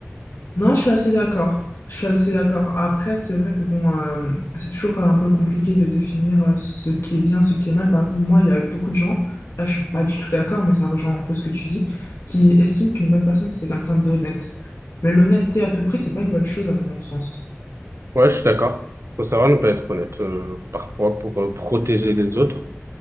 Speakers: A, on the left (about 70°); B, on the right (about 70°).
A: Non, je suis assez d'accord. Je suis assez d'accord. Après, c'est vrai que bon, euh, c'est toujours euh, un peu compliqué de définir euh, ce qui est bien, ce qui est mal. Par exemple, moi, il y a beaucoup de gens, là, je suis pas du tout d'accord, mais ça rejoint un peu ce que tu dis, qui estiment qu'une bonne personne, c'est quelqu'un d'honnête. Mais l'honnêteté à tout prix, c'est pas une bonne chose à mon sens.
B: Ouais, je suis d'accord. Faut savoir ne pas être honnête, euh, parfois pour euh, protéger les autres.